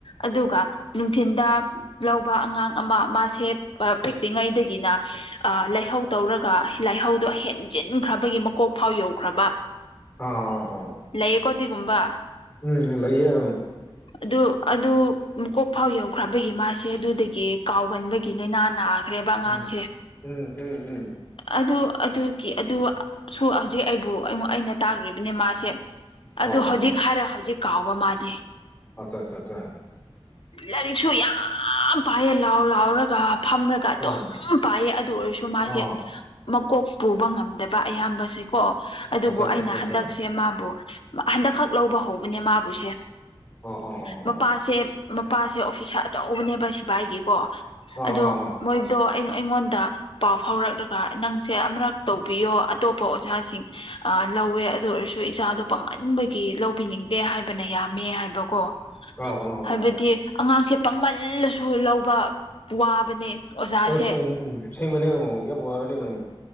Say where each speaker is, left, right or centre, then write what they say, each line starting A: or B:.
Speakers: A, on the left; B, on the left.
A: ꯑꯗꯨꯒ ꯅꯨꯡꯊꯤꯟꯗ ꯂꯧꯕ ꯑꯉꯥꯡ ꯑꯃ ꯃꯥꯁꯦ ꯄꯤꯛ꯭ꯂꯤꯉꯩꯗꯒꯤꯅ ꯑ ꯂꯥꯏꯍꯧ ꯇꯧꯔꯒ ꯂꯥꯏꯍꯧꯗꯣ ꯍꯦꯟ ꯆ ꯏꯪꯈ꯭ꯔꯕꯒꯤ ꯃꯀꯣꯛ ꯐꯥꯎ ꯌꯧꯈ꯭ꯔꯕ
B: ꯑꯥ ꯑꯥ ꯑꯥ
A: ꯂꯩꯌꯦꯀꯣ ꯑꯗꯨꯒꯗꯤꯒꯨꯝꯕ
B: ꯎꯝ ꯂꯩꯌꯦ
A: ꯑꯗꯨ ꯑꯗꯨ ꯃꯨꯀꯣꯛ ꯐꯥꯎ ꯌꯧꯈ꯭ꯔꯕꯒꯤ ꯃꯥꯁꯦ ꯑꯗꯨꯗꯒꯤ ꯀꯥꯎꯒꯟꯕꯒꯤ ꯂꯥꯏꯅꯥꯅꯅꯥ ꯐꯥꯈ꯭ꯔꯦꯕ ꯑꯉꯥꯡꯁꯦ
B: ꯎꯝ ꯎꯝ ꯎꯝ ꯎꯝ
A: ꯑꯗꯨ ꯑꯗꯨꯒꯤ ꯑꯗꯨ ꯁ ꯍꯧꯖꯤꯛ ꯑꯩꯕꯨ ꯑꯩꯅ ꯇꯥꯈ꯭ꯔꯤꯕꯅꯦ ꯃꯥꯁꯦ
B: ꯑꯥ
A: ꯑꯗꯨ ꯍꯧꯖꯤꯛ
B: ꯑꯥ
A: ꯍꯥꯏꯔ ꯍꯧꯖꯤꯛ ꯀꯥꯎꯕ ꯃꯥꯗꯤ
B: ꯑꯆꯥ ꯑꯆꯥ ꯑꯆꯥ
A: ꯂꯥꯏꯔꯤꯛꯁꯨ ꯌꯥꯝ ꯄꯥꯏꯌꯦ ꯂꯥꯎ ꯂꯥꯎꯔꯒ ꯐꯝꯔꯒ ꯑꯗꯨꯝ
B: ꯑꯥ
A: ꯄꯥꯏꯌꯦ ꯑꯗꯨ ꯑꯣꯏꯔꯁꯨ ꯃꯥꯁꯦ
B: ꯑꯥ
A: ꯃꯀꯣꯛ ꯄꯨꯕ ꯉꯝꯗꯕ ꯑꯌꯥꯝꯕꯁꯦ ꯀꯣ ꯑꯗꯨꯕꯨ
B: ꯑꯠꯆꯥ ꯑꯠꯆꯥ
A: ꯑꯩꯅ
B: ꯑꯠꯆꯥ ꯑꯠꯆꯥ
A: ꯍꯟꯗꯛꯁꯦ ꯃꯥꯕꯨ ꯍꯟꯗꯛꯈꯛ ꯂꯧꯕ ꯍꯧꯕꯅꯦ ꯃꯥꯕꯨꯁꯦ
B: ꯑꯥ ꯑꯥ ꯑꯥ ꯑꯥ
A: ꯃꯄꯥꯁꯦ ꯃꯄꯥꯁꯦ ꯑꯣꯐꯤꯁ ꯑꯆꯧꯕꯅꯦꯕ ꯁꯤꯚꯥꯏꯒꯤꯀꯣ
B: ꯑꯥ ꯑꯥ
A: ꯑꯗꯣ ꯃꯣꯏꯗꯣ ꯑꯩꯉꯣꯟꯗ ꯄꯥꯎ ꯐꯥꯎꯔꯛꯂꯒ ꯅꯪꯁꯦ ꯑꯃꯨꯔꯛ ꯇꯧꯕꯤꯌꯣ ꯑꯇꯣꯞꯄ ꯑꯣꯖꯥꯁꯤꯡ ꯂꯧꯋꯦ ꯑꯗꯨ ꯑꯣꯏꯔꯁꯨ ꯏꯆꯥꯗꯣ ꯄꯥꯡꯍꯟꯕꯒꯤ ꯂꯧꯕꯤꯅꯤꯡꯗꯦ ꯍꯥꯏꯕꯅ ꯌꯥꯕ ꯝꯃꯦ ꯍꯥꯏꯕꯀꯣ
B: ꯑ ꯑꯣ
A: ꯍꯥꯏꯕꯗꯤ ꯑꯉꯥꯡꯁꯦ ꯄꯥꯡꯃꯜꯂꯁꯨ ꯂꯧꯕ ꯋꯥꯕꯅꯦ ꯑꯣꯖꯥꯁꯦ
B: ꯑꯁ ꯎ ꯎꯝ ꯁꯦꯡꯕꯅꯦ ꯎꯝ ꯌꯥꯝ ꯋꯥꯕꯅꯦ ꯎꯝ